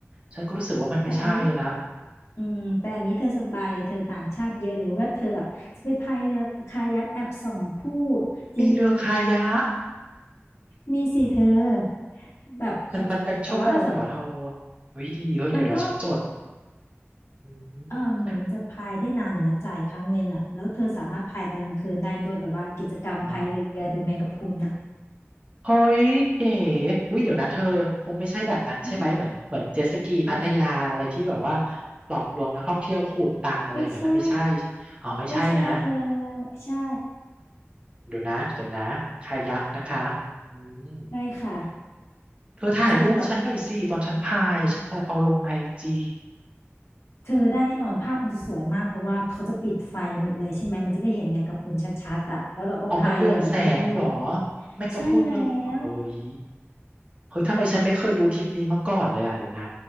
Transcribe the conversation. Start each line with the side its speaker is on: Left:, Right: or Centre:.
Right: ฉันก็รู้สึกว่ามันไม่ใช่ละ
Left: แต่อันนี้อืมแต่อันนี้เธอสบายเธอต่างชาติเยอะหรือว่าเธอแบบจะไปพายเรือคายักแอบส่องผู้จริง
Right: มีเรือคายัก
Left: มีสิเธอแบบเขาแต่ว่าส่วน
Right: มันมันเป็นชั่วโมงเหรอเธอเฮ้ยดีเฮ้ยเดี๋ยวเดี๋ยวฉันจด
Left: มันก็
Right: อืม
Left: เออเหมือนมันจะพายได้นานอยู่นะจ่ายครั้งหนึ่งอ่ะแล้วเธอสามารถพายตอนกลางคืนได้ด้วยแบบว่ากิจกรรมพายเรือดูแมงกะพรุนอ่ะ
Right: อ๋อ เฮ้ยเก๋อุ้ยเดี๋ยวนะเธอคงไม่ใช่แบบนั้นใช่ไหมเหมือนเหมือนเจ็ตสกีพัทยาอะไรที่แบบว่า
Left: อ๋อแบบไหน
Right: หลอกลวงนักท่องเที่ยวขูดตังค์อะไรอย่างนั้นนะไม่ใช่
Left: ไม่ใช่
Right: อ๋อไม่ใช่นะ
Left: ไม่ใช่เธอใช่
Right: เดี๋ยวนะเดี๋ยวนะคายักนะคะอืม
Left: ได้ค่ะ
Right: เธอถ่ายรูปให้ฉันหน่อยสิตอนฉันพายอ่ะฉันจะเอาลงไอจี
Left: นั่งแบบเธอได้แน่นอนภาพมันจะสวยมากเพราะว่าเขาจะปิดไฟหมดเลยใช่ไหมมันจะได้เห็นแมงกะพรุนชัดๆอ่ะแล้วเราก็พายเรือแบบมืด
Right: อมอ๋อมันเรืองแสงเหรอ
Left: ๆใช่แล้ว
Right: แม่งก็พูดเรื่องเฮ้ย เฮ้ยทำไมฉันไม่เคยรู้ทริปนี้มาก่อนเลยอ่ะเดี๋ยวนะ